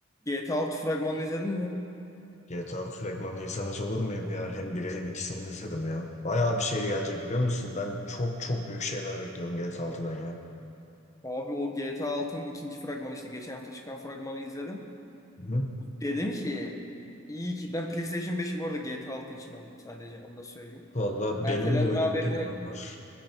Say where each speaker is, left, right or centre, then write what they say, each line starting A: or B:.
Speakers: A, on the left; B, on the left.
A: GTA 6 fragmanını izledin mi?
B: GTA 6 fragmanını izlemez olur muyum ya? Hem biri hem ikisini izledim ya. Bayağı bir şey gelecek biliyor musun? Ben çok çok büyük şeyler bekliyorum GTA 6'dan ya.
A: Abi o GTA 6'nın ikinci fragmanı işte geçen hafta çıkan fragmanı izledim.
B: Hı-hı.
A: Dedim ki iyi ki ben PlayStation 5'i bu arada GTA 6 için aldım sadece onu da söyleyeyim.
B: Valla
A: Ertelenme
B: benim de öyle
A: haberini
B: bir planım var.